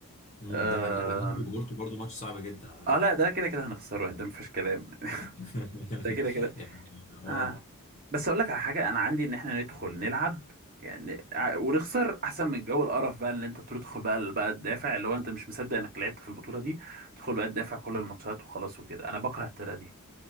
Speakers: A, on the left; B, on the right.
A: امم
B: ده حقيقي
A: ده حقيقي وبورتو
B: آه
A: وبورتو برضو ماتش صعب جدا على
B: اه
A: فكره
B: لا ده كده كده هنخسره يعني، ده مفيش كلام
A: <laughs>
B: <laughs> ده كده كده
A: يعني اه
B: اه بس اقول لك على حاجه انا عندي ان احنا ندخل نلعب يعني ع- ونخسر احسن من جو القرف بقى اللي انت تدخل بقى بقى تدافع اللي هو انت مش مصدق انك لعبت في البطوله دي تدخل بقى تدافع كل الماتشات وخلاص وكده انا بكره الطريقه دي